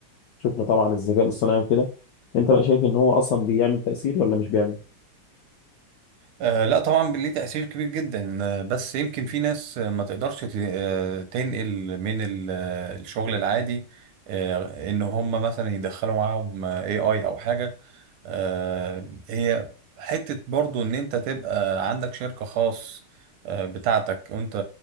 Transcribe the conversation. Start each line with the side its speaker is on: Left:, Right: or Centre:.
Left: شفنا طبعا الذكاء الاصطناعي وكده انت بقى شايف ان هو اصلا بيعمل تاثير ولا مش بيعمل؟
Right: آه لا طبعا ليه تأثير كبير جدا آه، بس يمكن في ناس آه، ما تقدرش ت- آه، تنقل من ال- آه، الشغل العادي آه، ان هم مثلا يدخلوا معاهم اي اي او حاجة آه، هي حتة برضو إن أنت تبقى عندك شركة خاص آه، بتاعتك وأنت